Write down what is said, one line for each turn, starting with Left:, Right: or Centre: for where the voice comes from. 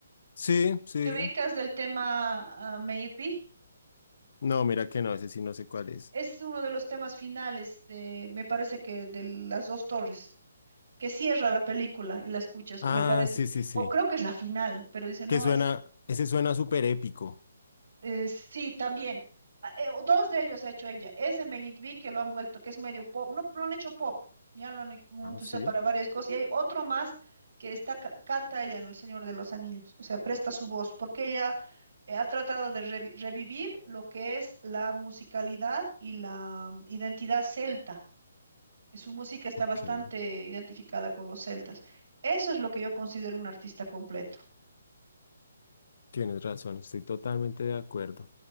Left: Sí, sí.
Right: ¿Te ubicas del tema ah, May It Be?
Left: No, mira que no, ese sí no sé cuál es.
Right: Es uno de los temas finales de, me parece que de las dos torres, que cierra la película y la escuchas,
Left: Ah,
Right: o me parece,
Left: sí, sí, sí.
Right: o creo que es la final, pero dice, no,
Left: Que suena,
Right: es
Left: ese suena súper épico.
Right: Eh, sí, también. Ah, eh, o dos de ellos ha hecho ella. Ese Meyit Bey que lo han vuelto, que es medio pop. No, lo han hecho pop. Ya lo han ic- lo
Left: Ah,
Right: han utilizado
Left: sí,
Right: para varias cosas. Y hay otro más que está, ca- canta ella en El Señor de los Anillos. O sea, presta su voz, porque ella eh, ha tratado de revi- revivir lo que es la musicalidad y la mm, identidad celta. Y Su música está
Left: ok.
Right: bastante identificada con los celtas. Eso es lo que yo considero un artista completo.
Left: Tienes razón, estoy totalmente de acuerdo.